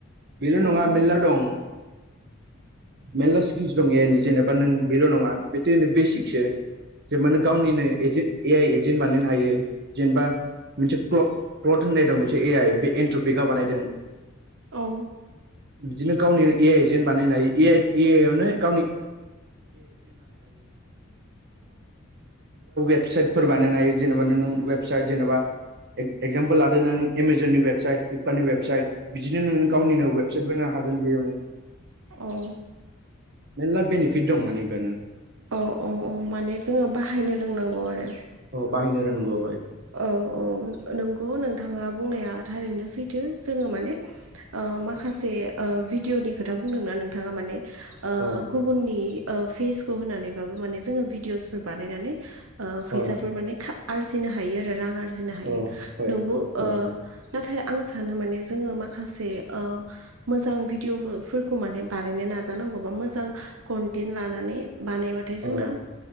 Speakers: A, on the right; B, on the right.
A: बेल' नङा
B: औ
A: मेरला दं मेरला दं ए आयनि जेनेबा नों बेल' नङा बेथ ओरैनो बेसिकसो जे माने गावनिनो एजेन् एजेन्ट बानायनो हायो जेनेबा मोनसे होननाय दं मोनसे ए आइ बे एनट्रपिकआ बानायदों
B: औ
A: बिदिनो गावनि ए आइ एजेन्ट बानायनो हायो एइ ए आइ आवनो गावनि <unintelligible> फोर बानायनो हायो जेनेबा नों वेबसाइट जेनेबा एगजामपोल लादो नों एमजननि वेबसाइट फ्लिपकार्टनि वेबसाइट बिदिनो नोंनो गावनिनो वेबसाइट बानायनो हागोन बेयावनो
B: औ
A: मेल्ला बेनिफिट दं बेफोरनो
B: औ-औ-औ माने जोङो बाहायनो रोंनांगौ आरो
A: औ बाहायनो रोंनांगौ बेहाय
B: औ-औ नंगौ नोंथाङा बुंनाया थारैनो सैथो जोङो माने माखासे भिडिअनि खोथा बुंदोंना नोंथाङा माने
A: अ
B: गुबुननि फेसखौ होनानैबाबो माने जोङो भिडिअसफोर बानायनानै फैसाफोर
A: अ
B: माने आरजिनो हायो आरो रां आर आरजिनो हायो
A: अ हय
B: नंगौ
A: हय
B: नाथाय आं सानो माने जोङो माखासे मोजां भिडिअफोरखौ माने बानायनो नाजानांगौ नांगौबा मोजां कनटेन्ट लानानै बानायबाथाय जोंना
A: अ